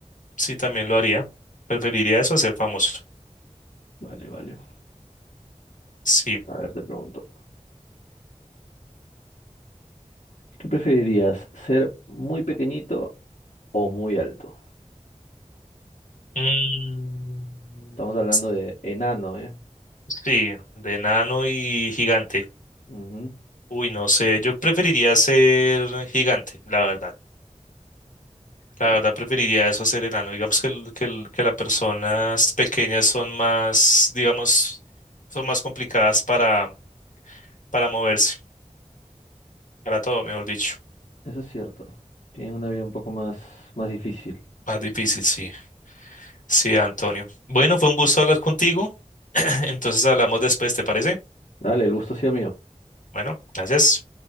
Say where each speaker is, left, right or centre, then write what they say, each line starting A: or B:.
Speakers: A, on the left (about 80°); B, on the left (about 70°).
A: Sí, también lo haría. Preferiría eso a ser famoso.
B: Vale, vale.
A: Sí.
B: A ver, te pregunto. ¿Qué preferirías? ¿Ser muy pequeñito o muy alto.
A: Mm,
B: Estamos hablando de enano, ¿eh?
A: sí, de nano y gigante.
B: Ujú,
A: Uy, no sé, yo preferiría ser gigante, la verdad. La
B: Sí,
A: verdad preferiría eso, a ser enano. Digamos que, el- que, el- que las personas pequeñas son más, digamos, son más complicadas para, para moverse, para todo, mejor dicho.
B: eso es cierto. Tienen una vida un poco más, más difícil.
A: Más difícil, sí. Sí, Antonio. Bueno, fue un gusto hablar contigo. <clears throat> Entonces hablamos después, ¿te parece?
B: Dale, el gusto ha sido mío.
A: Bueno, gracias.